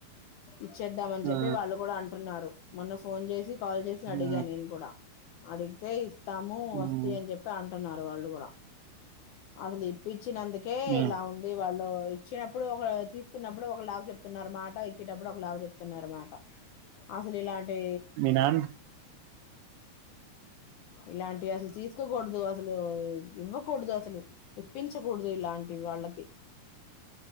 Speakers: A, on the left; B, on the right.
A: ఇచ్చేద్దామని చెప్పి
B: ఆ
A: వాళ్ళు కూడా అంటున్నారు. మొన్న ఫోన్ చేసి కాల్ చేసి
B: ఆ
A: అడిగా నేను కూడా అడిగితే ఇస్తాము వస్తయ్
B: ఉమ్,
A: అని చెప్పి అంటున్నారు వాళ్ళు కూడా అసలు ఇప్పించినందుకే
B: మీ
A: ఇలా ఉంది. వాళ్ళు ఇచ్చినప్పుడు ఒక తీసుకున్నప్పుడు ఒక లాగ్ చెప్తున్నారుమాట ఇచ్చేటప్పుడు ఒక లాగ చెప్తున్నారు మాట అసల్ ఇలాంటీ
B: మీ నాన్న
A: ఇలాంటివి అసలు తీసుకోకూడదు అసలు ఊ ఇవ్వకూడదు అసలు ఇప్పించకూడదు ఇలాంటివి వాళ్ళకి